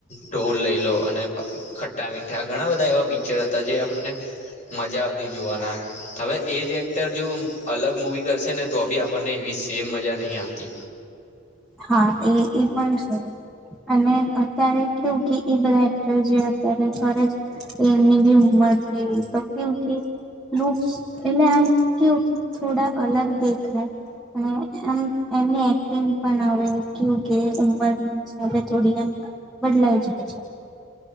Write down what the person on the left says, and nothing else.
ઢોલ લઈ લો અને, ખટ્ટા મીઠા ઘણા બધા એવા પિક્ચર હતા જે આપણને, મજા આવતી જોવાના હવે એ જે એક તો હજુ અલગ મુવી કરશે ને તો ભી આપણને એવી સેમ મજા નહી આવતી.